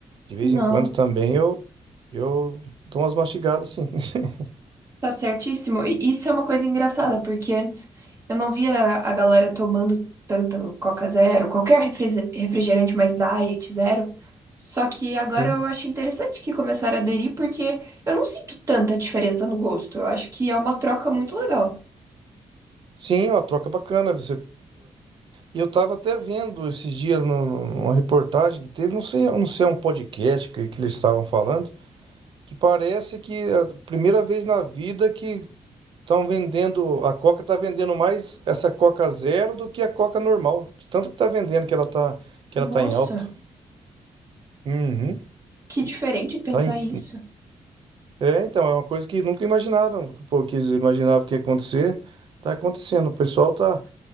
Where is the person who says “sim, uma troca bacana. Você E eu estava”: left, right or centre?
Right